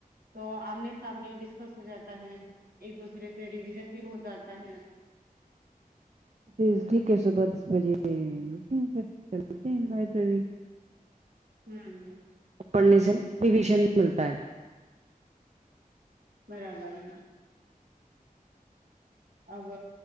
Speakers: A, on the right; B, on the right.
A: تو آمنے سامنے ڈسکس ہو جاتا ہے ایک دوسرے سے ریوجن بھی ہو جاتا ہے
B: جی ٹھیک ہے صبح دس بجے ملتے ہیں پھر چللتے ہیں لائبریری
A: ہوں
B: پڑھنے
A: چلیے
B: سے نا پویشن ملتا ہے
A: برابر ہے اب